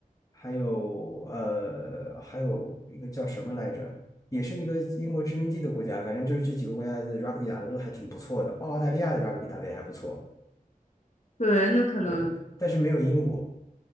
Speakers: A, on the left; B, on the left.
A: 还有呃，还有一个叫什么来着，也是一个英国殖民地的国家，反正就是这几个国家的 rugby 打的都还挺不错的，澳大利亚的 rugby 打的也还不错，
B: 对，那可能
A: 对，但是没有英国。